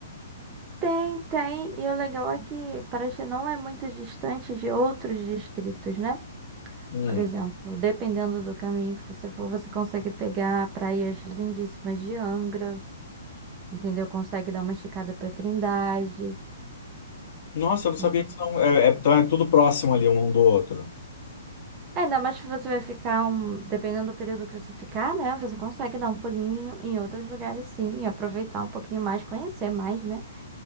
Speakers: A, on the right (about 15°); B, on the left (about 35°).
A: Tem, tem. E o legal é que Paraty não é muito distante de outros distritos, né?
B: Hum.
A: Por exemplo, dependendo do caminho que você for, você consegue pegar praias lindíssimas de Angra, entendeu? Consegue dar uma esticada para Trindade.
B: Nossa, eu não
A: Uhum.
B: sabia que isso não- é, é- então é tudo próximo ali um um do outro.
A: Ainda mais que você vai ficar um, dependendo do período que você ficar, né? Você consegue dar um pulinho em outros lugares, sim, e aproveitar um pouquinho mais, conhecer mais, né?